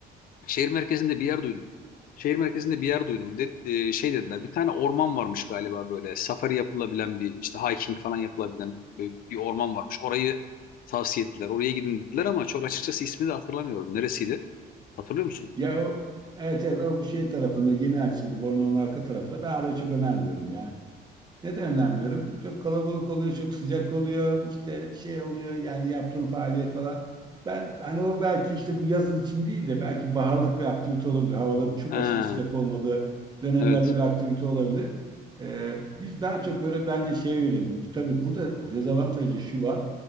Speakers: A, on the left; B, on the right.
A: şehir merkezinde bir yer duydum. Şehir merkezinde bir yer duydum. De, e, şey dediler bir tane orman varmış galiba böyle safari yapılabilen bir işte hiking falan yapılabilen bir, bir orman varmış. Orayı tavsiye ettiler. Oraya gidin dediler ama çok açıkçası ismini de hatırlamıyorum. Neresiydi? Hatırlıyor musun?
B: Ya o, evet evet o şey tarafında yeni açıldı. Bornova'nın arka tarafında. Ben oraya çok önermiyorum ya. Neden önermiyorum? Çok kalabalık oluyor, çok sıcak oluyor, işte şey oluyor yani yaptığın faaliyet falan. Ben hani o belki işte bu yazın için değil de belki baharlık bir aktivite olabilir. Havaların çok
A: Ha,
B: aşırı sıcak olmadığı dönemlerde
A: evet.
B: bir aktivite olabilir. Ee, biz daha çok böyle bence şeye yönelelim. Tabii burada dezavantajı şu var.